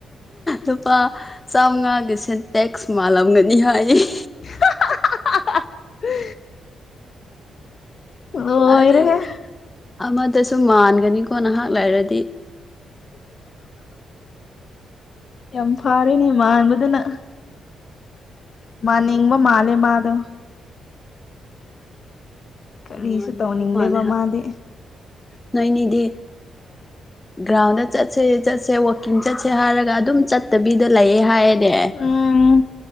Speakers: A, on the left; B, on the left.
A: ꯂꯨꯄꯥ ꯆꯥꯝꯃꯉꯥ ꯃꯥꯒꯤ ꯁꯦꯟꯇꯦꯛꯁ ꯃꯥꯜꯂꯝꯒꯅꯤ ꯍꯥꯏꯌꯦ
B: <inaudible> ꯍꯥ ꯍꯥ ꯍꯥ ꯍꯥ ꯍꯥ ꯂꯣꯏꯔꯦꯍꯦ
A: ꯑꯗꯨꯒ ꯑꯃꯗꯁꯨ ꯃꯥꯟꯒꯅꯤꯀꯣ ꯅꯍꯥꯛ ꯂꯩꯔꯗꯤ <inaudible>
B: ꯌꯥꯝ ꯐꯥꯔꯦꯅꯦ ꯃꯥꯟꯕꯗꯨꯅ ꯃꯥꯟ ꯅꯤꯡꯕ ꯃꯥꯜꯂꯦ ꯃꯥꯗꯣ ꯀꯔꯤꯁꯨ
A: ꯃꯥꯟꯅꯤꯡꯕ
B: ꯇꯧꯅꯤꯡꯗꯦꯕ
A: ꯃꯥꯜꯂꯦ
B: ꯃꯥꯗꯤ
A: ꯅꯣꯏꯅꯤꯗꯤ ꯒ꯭ꯔꯥꯎꯟꯗ ꯆꯠꯁꯦ ꯆꯠꯁꯦ ꯋꯥꯛꯀꯤꯡ ꯆꯠꯁꯦ ꯍꯥꯏꯔꯒ ꯑꯗꯨꯝ ꯆꯠꯇꯕꯤꯗ ꯂꯩꯌꯦ ꯍꯥꯏꯌꯦꯅꯦ
B: ꯎꯝ